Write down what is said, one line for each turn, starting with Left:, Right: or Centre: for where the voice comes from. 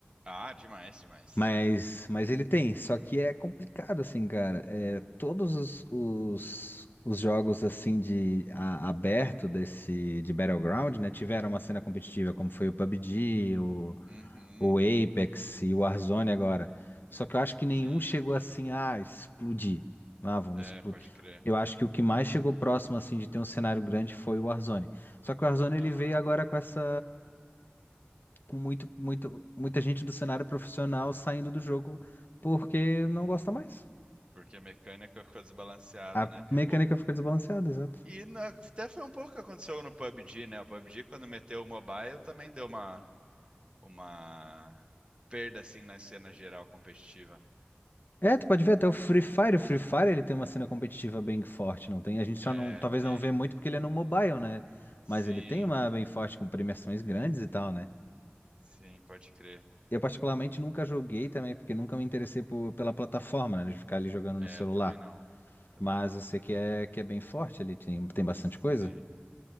Right: Ah, demais, demais.
Left: Mas, mas ele tem, só que é complicado assim, cara. É, todos os, os, os jogos assim de a- aberto desse de Battleground, né, tiveram uma cena competitiva, como foi o PUBG, o,
Right: Uhum,
Left: o Apex e o Warzone agora. Só que eu acho que nenhum
Right: sim.
Left: chegou assim a explodir. Ah, vamos
Right: É,
Left: explodir.
Right: pode crer.
Left: Eu acho que o que mais chegou próximo assim de ter um cenário grande foi o Warzone. Só que o Warzone ele
Right: Aham.
Left: veio agora com essa com muito, muito, muita gente do cenário profissional saindo do jogo porque não gosta mais.
Right: Porque a mecânica ficou desbalanceada,
Left: A
Right: né?
Left: mecânica
Right: O,
Left: ficou desbalanceada, exato.
Right: e na- até foi um pouco o que aconteceu no PUBG, né? O PUBG, quando meteu o mobile, também deu uma, uma perda, assim, na cena geral competitiva.
Left: É, tu pode ver até o Free Fire. O Free Fire ele tem uma cena competitiva bem forte, não tem? A gente só
Right: É,
Left: não, talvez
Right: tem.
Left: não vê muito porque ele é no mobile, né?
Right: Sim.
Left: Mas ele tem uma bem forte com premiações grandes
Right: Sim,
Left: e tal, né?
Right: sim, pode crer.
Left: Eu particularmente nunca joguei também porque nunca me interessei por- pela plataforma, né? De ficar ali jogando
Right: É,
Left: no celular.
Right: eu também não. Também
Left: Mas
Right: não.
Left: eu sei que é, que é bem forte ali, tem, tem bastante
Right: Sim,
Left: coisa.